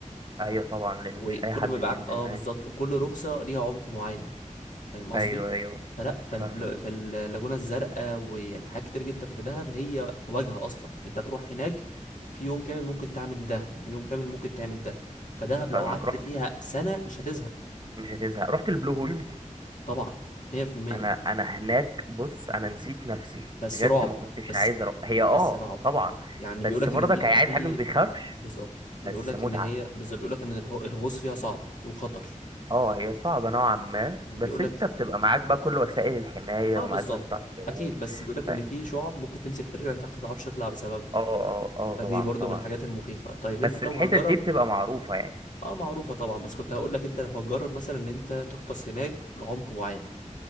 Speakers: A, on the right; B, on the left.
A: ايوه
B: انت فاهم
A: طبعا لان
B: وكل
A: مش اي حد
B: ما
A: بينزل
B: يبقى معاك اه
A: هناك
B: بالظبط وكل رخصه ليها عمق معين فاهم قصدي
A: ايوه ايوه
B: فلا فالبل...
A: فاهمك
B: فاللاجونة الزرقاء ويعني حاجات كتير جدا في دهب هي واجهة أصلا أنت تروح هناك في يوم كامل ممكن تعمل ده ويوم كامل ممكن تعمل ده فدهب لو
A: فاهمك
B: قعدت
A: رحت
B: فيها سنة مش هتزهق
A: مش هتزهق رحت البلو هولز
B: طبعا 100%
A: انا انا هناك بص انا نسيت نفسي
B: بس
A: بجد
B: رعب
A: ما كنتش
B: بس
A: عايز أروح. هي اه
B: بس رعب
A: طبعا
B: يعني
A: بس
B: بيقولك
A: برضك
B: إن في
A: هي
B: إن
A: عايز
B: في
A: حد ما بيخافش
B: بالظبط
A: بس
B: بيقولك
A: متعه
B: إن هي بالظبط بيقولك إن الهو- الغوص فيها صعب وخطر
A: اه هي صعبه نوعا ما
B: بيقولك
A: بس انت بتبقى معاك بقى كل وسائل الحمايه
B: آه
A: ومعاك
B: بالظبط
A: ناس بتعرف تعوم
B: أكيد بس بيقولك
A: ف-
B: إن
A: اه
B: في شعب ممكن تمسك في رجلك تحت ما تعرفش تطلع بسببها
A: اه اه طبعا
B: فدي برضو
A: طبعا
B: من الحاجات المخيفة طيب
A: بس
B: انت لو
A: الحتت
B: هجرب
A: دي بتبقى معروفه يعني
B: اه معروفة طبعا بس كنت هقول لك انت لو هتجرب مثلا ان انت تغطس هناك لعمق معين